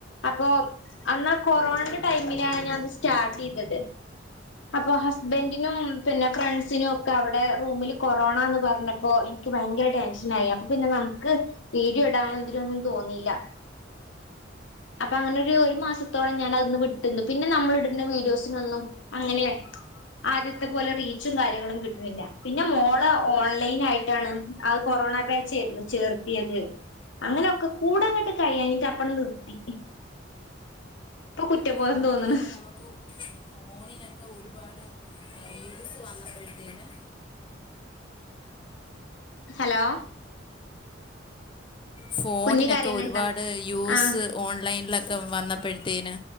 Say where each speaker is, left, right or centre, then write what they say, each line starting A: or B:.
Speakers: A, on the left (about 75°); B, on the left (about 25°).
A: അപ്പൊ അന്നാ കൊറോണന്റെ ടൈമിലാണ് ഞാനത് സ്റ്റാർട്ട് ചെയ്തത് അപ്പൊ ഹസ്ബൻഡിനും പിന്നെ ഫ്രണ്ട്സിനും ഒക്കെ അവിടെ റൂമില് കൊറോണ എന്ന് പറഞ്ഞ പ്പോ എനിക്ക് ഭയങ്കര ടെൻഷനായി അപ്പ പിന്നെ നമുക്ക് വീഡിയോ ഇടാനൊ ഇതിനൊന്നും തോന്നിയില്ല അപ്പൊ അങ്ങനെ ഒരു മാസത്തോളം ഞാൻ അതീന്ന് വിട്ടുനിന്നു പിന്നെ നമ്മൾ ഇടുന്ന വീഡിയോസിനൊന്നും അങ്ങനെ ആദ്യത്തെ പോലെ റീച്ചും കാര്യങ്ങളൊന്നും കിട്ടുന്നില്ല പിന്നെ മോള് ഓൺലൈൻ ആയി ട്ടാണ് കൊറോണ ബാച്ചായിരുന്നു ചേർത്തിയത് അങ്ങനൊക്കകൂടങ്ങട്ട് കഴിയാഞ്ഞിട്ട് അപ്പണ്ട് നിർത്തി ഇപ്പൊ
B: അപ്പോൾ
A: കുറ്റബോധം
B: ഫോണിനൊക്കെ
A: തോന്ന്ണ്
B: നമുക്ക് ഫോണിനൊക്കെ ഒരുപാട് യൂസ് വന്നപ്പോഴത്തേന്
A: ഹലോ
B: ഫോണിനൊക്കെ
A: കുഞ്ഞ് കരയണുണ്ടോ
B: ഒരുപാട് യൂസ്
A: ആഹ്
B: ഓൺലൈനിലൊക്കെ <unintelligible> വന്നപ്പഴ്ത്തേന്